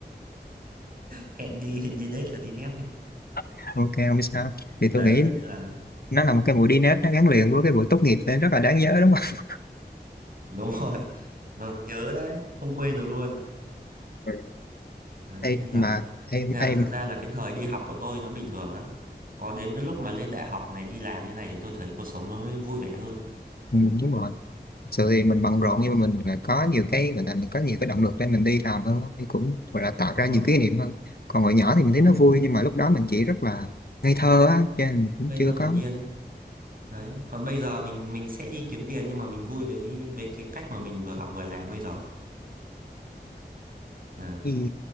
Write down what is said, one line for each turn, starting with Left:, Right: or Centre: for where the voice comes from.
Right: hẹn đi đi date là đi nét đấy
Left: <laughs> ok không sao thì
Right: đấy
Left: tôi nghĩ
Right: nên là
Left: nó là một cái buổi đi nét nó gắn liền với cái buổi tốt nghiệp nên rất là đáng nhớ đúng không
Right: đúng rồi nó nhớ đấy không quên được luôn
Left: Ừ.
Right: Đấy
Left: Ê,
Right: nên là,
Left: mà em
Right: nên
Left: em
Right: là thật ra là cái thời đi học của tôi nó bình thường lắm. Có đến cái lúc mà lên đại học này đi làm như này thì tôi thấy cuộc sống nó mới vui vẻ hơn.
Left: đúng rồi Thực sự thì mình bận rộn
Right: Đấy,
Left: nhưng mà mình lại có nhiều cái gọi là mình có nhiều cái động lực để mình đi làm hơn á. thì cũng gọi là tạo
Right: đúng
Left: ra
Right: rồi,
Left: nhiều kỷ niệm hơn còn hồi nhỏ thì mình thấy
Right: đúng
Left: nó
Right: rồi.
Left: vui nhưng mà lúc đó mình chỉ rất là ngây thơ á cho nên mình cũng
Right: Ngây
Left: chưa
Right: thơ hồn
Left: có
Right: nhiên ấy. Đấy, còn bây giờ mình mình sẽ đi kiếm tiền nhưng mà mình vui với với cái cách mà mình vừa học vừa làm bây giờ. Này,
Left: ừ,